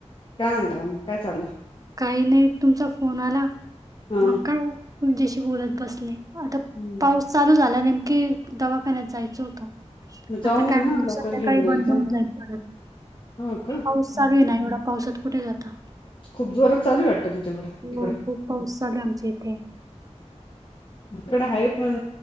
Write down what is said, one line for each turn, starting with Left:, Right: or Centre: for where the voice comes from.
Left: काय म्हणता मग काय चाललं
Right: काही नाही तुमचा फोन आला
Left: हा
Right: मग काय तुच्याशी बोलत बसले आता
Left: हम्म
Right: पाऊस चालू झाला नेमकीे दवाखान्यात जायच होत.
Left: मग जाऊन
Right: आता
Left: या
Right: काय म्हणू
Left: ना लवकर
Right: संध्याकाळी
Left: घेऊन जायचं
Right: बंद होऊन
Left: ना.
Right: जाईल परत.
Left: हो का हं.
Right: पाऊस चालू नाही एवढा पावसात कुठे जाता.
Left: खूप जोरात चालू आहे वाटतं तुमच्याकडं तिकडं
Right: हो
Left: हं.
Right: खूप पाऊस चालू आहे आमच्या इथे.
Left: इकड आहे पण